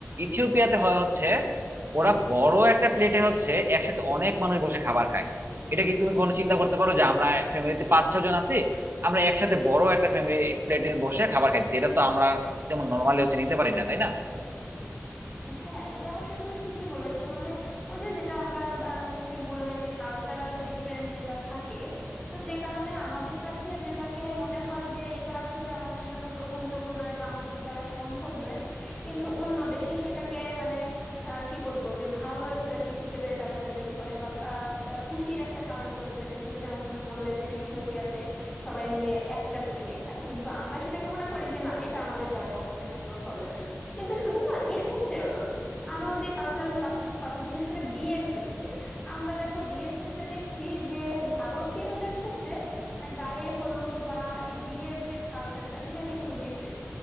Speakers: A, on the right; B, on the left.
A: ইথিওপিয়াতে হয় হচ্ছে
B: হুম
A: ওরা বড় একটা প্লেটে হচ্ছে একসাথে অনেক মানুষ বসে খাবার খায় এটা কি তুমি কোনো চিন্তা করতে পারো যে
B: হুম।
A: আমরা ফ্যামিলিতে পাঁচ ছয় জন আছি আমরা একসাথে বড় একটা ফ্যামিলি প্লেটে বসে খাবার খাচ্ছি এটা তো আমরা তেমন নর্মালি হচ্ছে নিতে পারি না তাই না
B: হ্যাঁ এটা অবশ্য তুমি ঠিকই বলেছো মানে ওই যে যেটা আমরা আহ, মানে তুমি বললে যে কালচারাল ডিফারেন্স যেটা থাকে তো যে কারণে আমাদের কাছে যেটাকে মনে হয় যে এটা আসলে আমাদের জন্য গ্রহণযোগ্য নয় বা আমাদের দ্বারা সম্ভব নয় কিন্তু অন্য দেশে সেটাকে মানে আহ, কি বলবো যে ভালো একটা দিক হিসেবে তারা প্রেজেন্ট করে বা আহ, আহ, খুশির একটা কারণ বলে প্রেজেন্ট করে যেমন তুমি বললে যে ইথিওপিয়াতে সবাই মিলে একটা প্লেটে খায় কিন্তু আমরা সেটাকে মনে করি যে না এটা আমাদের দ্বারা কখনো সম্ভব হবে না কিন্তু শুধু না এক্ষেত্রেও না আরো যে কালচারাল পার্থক্য আছে বিশেষ করে বিয়ের ক্ষেত্রে আমরা দেখো বিয়ের ক্ষেত্রে দেখি যে ভারতীয়দের ক্ষেত্রে মানে গায়ে হলুদ বা এই বিয়ের যে কালচারটা সেটা কিন্তু ডিফারেন্ট